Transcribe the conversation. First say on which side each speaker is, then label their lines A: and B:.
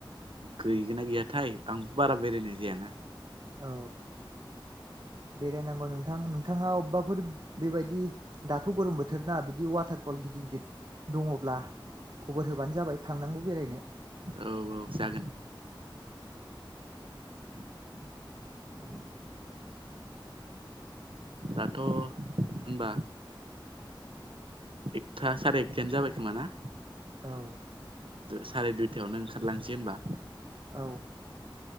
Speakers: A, on the right; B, on the right.
A: गैगोन ना गैयाथाय आंबो बारा बेरायनाय जायाना
B: औ बेरायनांगौ नोंथां नोंथाङा अबेबाफोर बेबायदि दाथ' गरम बोथोरना बिदि वाटारफल गिदिर गिदिर दङब्ला खबर होबानो जाबाय थांनांगौ बेरायनो।
A: औ औ जागोन
B: <inaudible>
A: दाथ' होनबा एकथा साराय एकथायानो जाबाय खोमा ना?
B: औ
A: साराय दुइथायावनो ओंखारलांसै ओमबा
B: औ